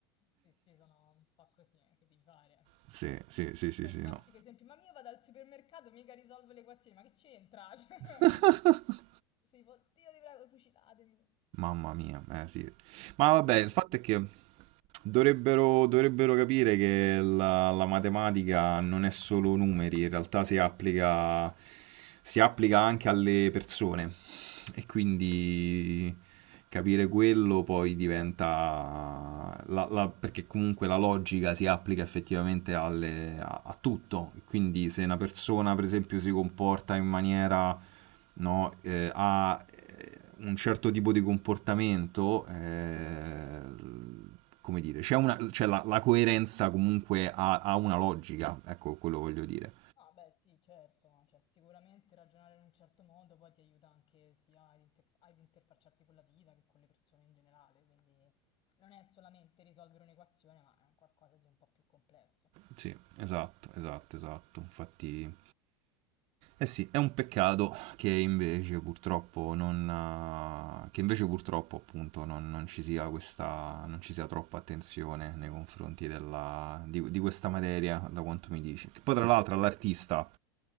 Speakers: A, on the left; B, on the right.
A: Sì, sì, sono un po' così, eh, che devi fare?
B: Sì, sì, sì, sì,
A: Poi
B: sì,
A: il classico
B: no.
A: esempio, ma io vado al supermercato, mica risolvo le equazioni, ma che c'entra? <laughs> Cioè,
B: <laughs>
A: sei tipo, Dio ti prego, fucilatemi.
B: Mamma mia, eh sì. Ma vabbè,
A: Serve
B: il fatto
A: molta
B: è
A: pazienza.
B: che Dovrebbero, dovrebbero capire che la, la matematica non è solo numeri, in realtà si applica, si applica anche alle persone e quindi capire quello poi diventa... la- la- perché comunque la logica si applica effettivamente alle- a, a tutto, quindi se una persona per esempio si comporta in maniera no? Eh, ha eh, un certo tipo di comportamento, eh, come dire, c'è, una, c'è la, la, coerenza comunque ha, ha una logica, ecco quello voglio dire.
A: No, beh, sì, certo, no, cioè, sicuramente ragionare in un certo modo poi ti aiuta anche sia ad, inter- ad interfacciarti con la vita che con le persone in generale, quindi non è solamente risolvere un'equazione, ma è un qualcosa di un po' più complesso.
B: Sì, esatto, esatto, esatto. Infatti, eh sì, è un peccato che invece purtroppo non, eh, che invece purtroppo appunto non, non ci sia questa, non ci sia troppa attenzione nei confronti della, di, di questa materia, da quanto mi dici. Che poi tra l'altro all'artista